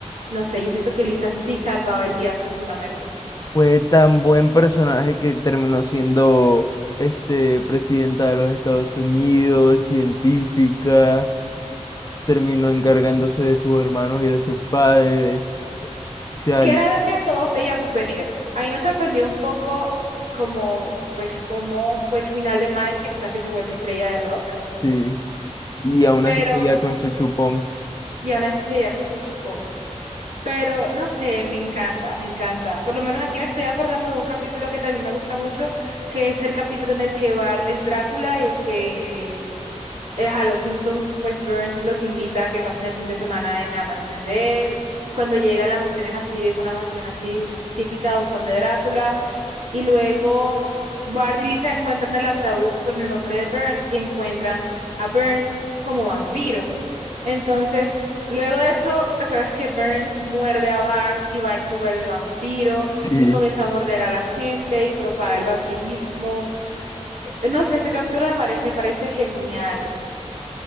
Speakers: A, on the right; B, on the left.
A: no sé, yo siento que Lisa sí salvaba el día con fundamento,
B: Fue tan buen personaje que terminó siendo este, presidenta de los Estados Unidos, científica, terminó encargándose de sus hermanos y de sus padres. Chale,
A: que era lo que todos veíamos venir. A mí me sorprendió un poco como, pues, cómo fue el final de Mike, que tú sabes que se vuelve estrella de rock.
B: sí. Y aún
A: Pero
B: así seguía con su chupón.
A: y aún así seguía con su chupón. Pero no sé, me encanta, me encanta. Por lo menos aquí me estoy acordando de un capítulo que también me gusta mucho, que es el capítulo en el que Bart es Drácula y que eh, a los Simpsons, pues Burns los invita a que pasen el fin de semana en la mansión de él. Y cuando llegan, la mansión es así, es una mansión así típica de un conde Drácula y luego Bart y Lisa encuentran el ataúd con el nombre de Burns y encuentran a Burns como vampiro. Entonces, luego de eso, ¿te acuerdas que Burns muerde a Bart y Bart se vuelve vampiro
B: Sí.
A: y comienza a morder a la gente y propaga el vampirismo? Eh, No sé, este capítulo me, mare- me parece genial.